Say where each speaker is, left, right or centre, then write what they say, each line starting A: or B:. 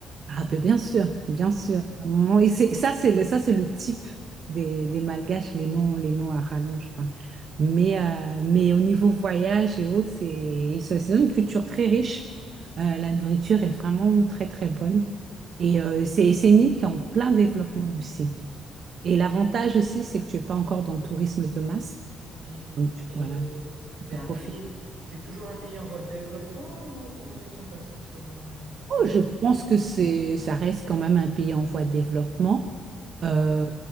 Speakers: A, on the right (about 55°); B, on the right (about 80°).
A: Ah ben bien sûr, bien sûr. À un moment- et c'est, ça c'est le, ça c'est le type des, des Malgaches, les noms, les noms à rallonge quoi. Mais euh, mais au niveau voyage et autres, c'est ils sont- ils ont une culture très riche. Euh, la nourriture est vraiment très très bonne et euh, c'est c'est une île qui est en plein développement aussi. Et l'avantage aussi, c'est que tu n'es pas encore dans le tourisme de masse.
B: Si.
A: Donc, tu,
B: Et
A: voilà, donc tu
B: c'est
A: peux
B: un
A: profiter.
B: pays, c'est toujours un pays en voie de développement ou ils sont passés sur euh,
A: Oh,
B: un pays?
A: je pense que c'est, ça reste quand même un pays en voie de développement. Euh,